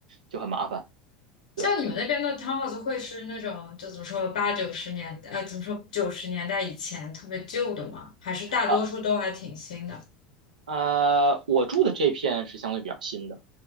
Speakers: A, on the right; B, on the left.
A: 就很麻烦。对，
B: 像你们那边的 townhouse 会是那种，就怎么说八九十年代，呃，怎么说九十年代以前特别旧的吗？还是大多数都还挺新的？
A: 啊啊，我住的这片是相对比较新的，